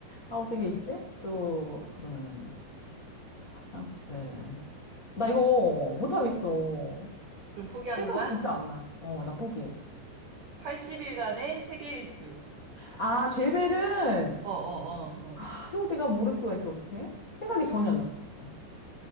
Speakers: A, on the left; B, on the right.
A: 아, 어떤 게 있지? 또, 그러면은, 아, 프랑스. 나 이거 못하겠어.
B: 그럼 포기하는
A: 생각이
B: 거야?
A: 진짜 안 나. 어, 나 포기.
B: 80일간의 세계 일주.
A: 아, 죄벨은,
B: 어, 어, 어,
A: 아, 이거 내가 모를 수가 있지, 어떡해? 생각이 전혀 안 났어, 진짜.